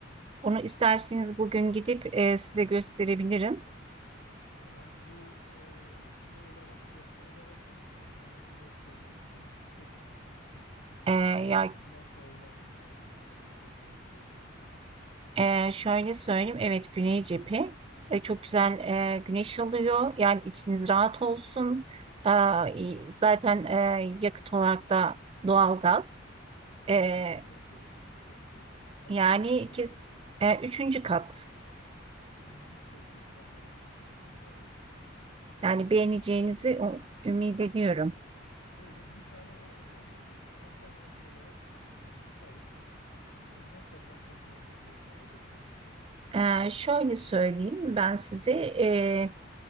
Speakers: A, on the right; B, on the left.
A: Onu isterseniz
B: üç artı
A: bugün
B: bir.
A: gidip e, size gösterebilirim.
B: Tamam. Bu e, şey olarak cephe olarak nasıl? Hani güneş görmesi bizim için çok önemli çünkü.
A: Ee,
B: O olmazsa
A: ya
B: olmazımız yani güney veya güneydoğu cephe.
A: Ee, şöyle söyleyeyim, evet güney cephe Ee, çok güzel e, güneş alıyor. Yani içiniz rahat olsun. Ee, zaten e, yakıt olarak da doğalgaz. Ee,
B: Hmm, çok iyi. Çok iyi. Kaçıncı
A: yani
B: kat peki?
A: kes, e, üçüncü kat.
B: Hmm, çok iyi. Tam benim e, idealim.
A: Yani
B: Tamam
A: beğeneceğinizi
B: peki.
A: o- ümit ediyorum.
B: Tamam. Olur. Bir tane o, onu bir alternatif olarak e, tutalım. Ee, ne kadar peki onun fiyatı o dediğinizin?
A: Ee, şöyle söyleyeyim, ben size e,